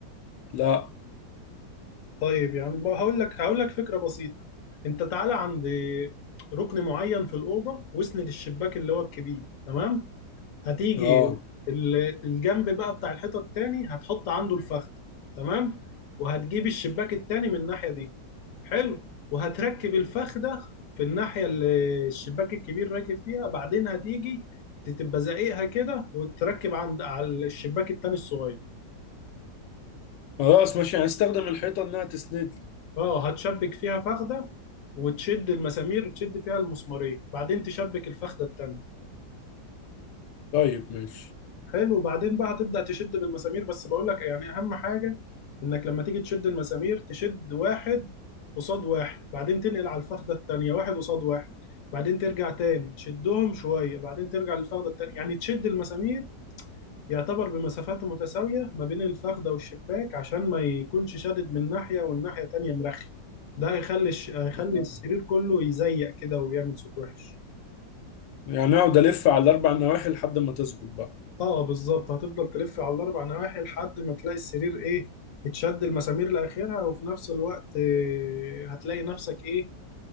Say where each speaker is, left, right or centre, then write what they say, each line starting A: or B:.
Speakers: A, on the left; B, on the left.
A: لا
B: طيب يعني ب- هقول لك هقول لك فكره بسيطه انت تعالى عند ركن معين في الاوضه واسند الشباك اللي هو الكبير تمام هتيجي
A: اه
B: ال- الجنب بقى بتاع الحيطه التاني هتحط عنده الفخذ تمام وهتجيب الشباك التاني من الناحيه دي حلو وهتركب الفخ ده في الناحية اللي الشباك الكبير راكب فيها بعدين هتيجي تبقى زقيقها كده وتركب عند على الشباك التاني الصغير
A: خلاص ماشي هستخدم الحيطة انها تسند لي
B: اه هتشبك فيها فخدة وتشد المسامير تشد فيها المسمارين بعدين تشبك الفخدة التانية
A: طيب ماشي
B: حلو وبعدين بقى هتبدأ تشد بالمسامير بس بقول لك يعني اهم حاجة انك لما تيجي تشد المسامير تشد واحد قصاد واحد بعدين تنقل على الفخدة التانية واحد قصاد واحد بعدين ترجع تاني تشدهم شوية بعدين ترجع للفخدة التانية يعني تشد المسامير يعتبر بمسافات متساوية ما بين الفخدة والشباك عشان ما يكونش شادد من ناحية والناحية التانية مرخي ده هيخلي الش- هيخلي
A: آه.
B: السرير كله يزيق كده ويعمل صوت وحش
A: يعني اقعد الف على الاربع نواحي لحد ما تظبط بقى
B: اه بالظبط هتفضل تلف على الاربع نواحي لحد ما تلاقي السرير ايه اتشد المسامير لاخرها وفي نفس الوقت آه، هتلاقي نفسك ايه